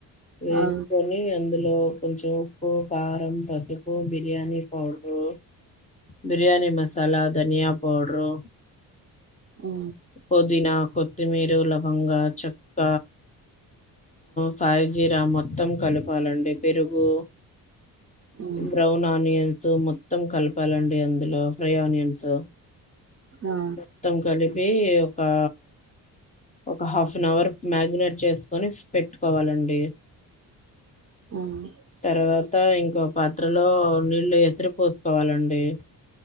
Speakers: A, on the left; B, on the right.
A: వెస్కో
B: ఆ
A: ని అందులో కొంచెం ఉప్పు కారం పసుపు బిర్యానీ పౌడ్రు బిర్యానీ మసాలా ధనియా పౌడ్రూ
B: ఉ
A: పుదీనా కొత్తిమీరు లవంగా చెక్క సాయిజీర మొత్తం కలపాలండి పెరుగు
B: ఉమ్
A: బ్రౌన్ ఆనియన్సు మొత్తం కలపాలండి అందులో ఫ్రై ఆనియన్సు
B: ఆ
A: మొత్తం కలిపీ ఒకా ఒక హాఫ్ అన్ అవర్ మ్యారినేట్ చేసుకొని పెట్టుకోవాలండి
B: అవును
A: తర్వాత ఇంకో పాత్రలో నీళ్లు ఎసిరి పోసుకోవాలండి